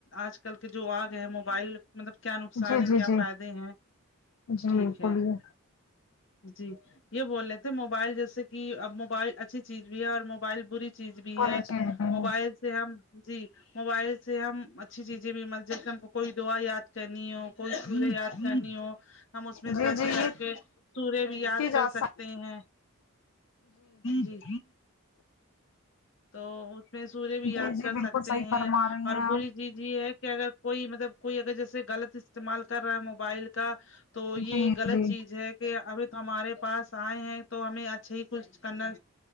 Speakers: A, on the left (about 55°); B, on the left (about 70°).
A: آج کل کے جو آگ ہیں موبائل مطلب کیا نقصان
B: جی
A: ہے
B: جی
A: کیا
B: جی
A: فائدے ہیں
B: جی
A: ٹھیک
B: بولیے
A: ہے جی یہ بول رہے تھے موبائل جیسے کہ اب موبائل اچھی چیز بھی ہے اور موبائل بری چیز بھی
B: پوری
A: ہے
B: چیز بھی
A: موبائل
B: ہے
A: سے ہم جی موبائل سے ہم اچھی چیزیں بھی متج ہم کو کوئی دعا یاد کرنی ہو کوئی مجھے یاد کرنی ہو ہم اس میں
B: جی
A: سرچ
B: جی
A: کر
B: یہ
A: کے سوریہ بھی یاد
B: کی جا
A: کر سکتے
B: سک
A: ہیں جی تو اس میں سوریہ بھی یاد
B: جی جی
A: کر
B: بالکل
A: سکتے
B: صحیح
A: ہیں
B: فرما رہی
A: اور
B: ہیں آپ
A: بری چیز یہی ہے کہ اگر کوئی مطلب کوئی اگر جیسے غلط استعمال کر رہا ہے موبائل کا تو یہ
B: جی
A: غلط
B: جی
A: چیز ہے کہ ابھی ہمارے پاس آئے ہیں تو ہمیں اچھے ہی کچھ کرنا